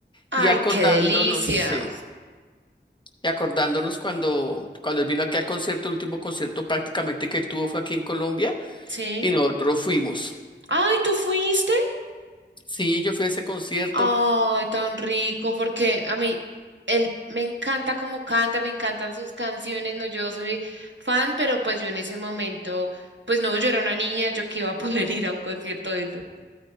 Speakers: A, on the right (about 85°); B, on the left (about 25°).
A: Ay,
B: Y acordándonos,
A: qué delicia.
B: sí, y acordándonos cuando, cuando él vino aquí al concierto, el último concierto prácticamente que él tuvo fue aquí en Colombia
A: Sí.
B: y nosotros fuimos.
A: Ay, ¿tú fuiste?
B: Sí, yo fui a ese concierto.
A: Ay, tan rico, porque a mí él me encanta cómo canta, me encantan sus canciones, no, yo soy fan, pero pues yo en ese momento, pues no, yo era una niña, yo que iba a <laughs> poder ir a un concierto de eso.